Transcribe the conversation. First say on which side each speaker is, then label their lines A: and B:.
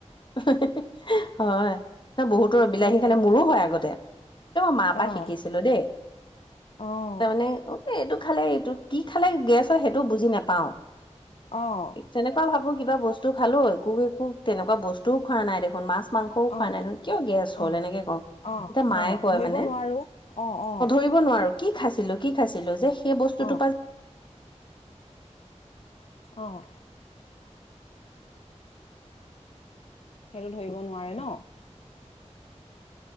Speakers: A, on the left; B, on the left.
A: হয় বহুতৰ বিলাহী
B: উম,
A: খালে মোৰো হয় আগতে এইটো মই মা পা
B: অ',
A: শিকিছিলো দেই
B: অ',
A: তাৰমানে অ এইটো খালে এইটো কি খালে গেছ হয় সেইটো বুজি নেপাওঁ
B: অ',
A: যেনেকুৱা ভাবো কিবা বস্তু খালো একো একো তেনেকুৱা বস্তু খোৱা নাই দেখোন মাছ মাংসও খোৱা
B: অ',
A: নাই দেখো কিয় গেছ হল
B: অ',
A: এনেকে কওঁ
B: অ
A: তেতিয়া মায়ে
B: অ
A: কয়
B: ধৰিব
A: মানে
B: নোৱাৰো অ অ
A: ধৰিব নোৱাৰো কি খাইছিলো কি খাইছিলো যে সেই বস্তুটো
B: অ',
A: পা
B: অ সেইটো ধৰিব নোৱাৰে ন